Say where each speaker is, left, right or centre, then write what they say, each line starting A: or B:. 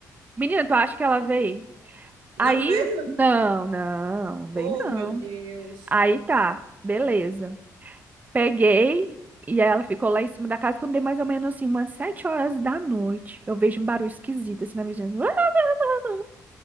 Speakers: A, on the right; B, on the right.
A: Menina, tu acha que ela veio?
B: Não
A: Aí,
B: veio?
A: não, não, vem
B: Oh,
A: não.
B: meu Deus.
A: Aí tá, beleza. Peguei e ela ficou lá em cima da casa quando deu mais ou menos assim, umas sete horas da noite. Eu vejo um barulho esquisito assim na vizinhança. <laughs>